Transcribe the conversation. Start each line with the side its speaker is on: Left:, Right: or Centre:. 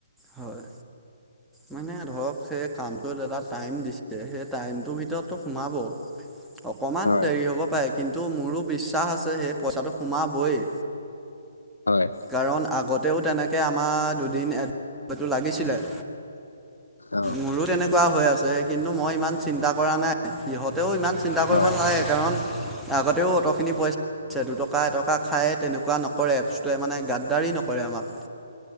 Centre: হয় মানে ধৰ ধক সেই কামটোত এটা টাইম দিছে, সেই টাইমটোৰ ভিতৰতো সোমাব। অকণমান
Left: হয়
Centre: দেৰি হ'ব পাৰে, কিন্তু মোৰো বিশ্বাস আছে সেই পইচাটো সোমাবই।
Left: হয়
Centre: কাৰণ আগতেও তেনেকে আমাৰ দুদিন এডটো লাগিছিলে।
Left: অ
Centre: মোৰো তেনেকুৱা হৈ আছে, কিন্তু মই ইমান চিন্তা কৰা নাই। হিহঁতেও ইমান চিন্তা কৰিব
Left: হয়
Centre: নেলাগে। কাৰণ আগতেও অটখিনি পইচা <unintelligible> আছে দুটকা এটকা খাই তেনেকুৱা নক কৰে এপছটোৱে মানে গাদ্দাৰি নকৰে আমাক।